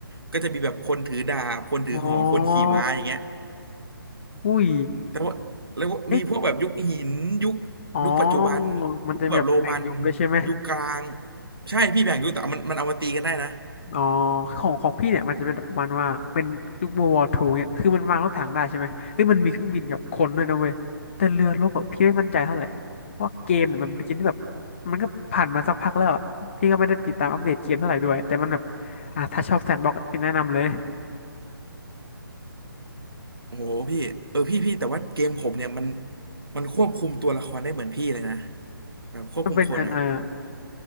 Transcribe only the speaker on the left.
อ๋ออุ้ย
เอ๊ะอ๋อ
มันจะมีแบบแบ่งยุคด้วยใช่ไหม
อ๋อของของพี่เนี่ยมันจะเป็นแบบประมาณว่าเป็นยุค World War i เนี่ยคือมันวางรถถังได้ใช่ไหมเอ้ยมันมีเครื่องบินกับคนด้วยนะเว้ยแต่เรือรบแบบพี่ไม่มั่นใจเท่าไหร่เพราะว่าเกมเนี่ยมันเป็นเกมที่แบบมันก็ผ่านมาสักพักแล้วอ่ะพี่ก็ไม่ได้ติดตามอัปเดตเกมเท่าไหร่ด้วยแต่มันแบบอ่ะถ้าชอบแซนด์บ็อกซ์พี่แนะนำเลย
มันเป็นยังไงอะ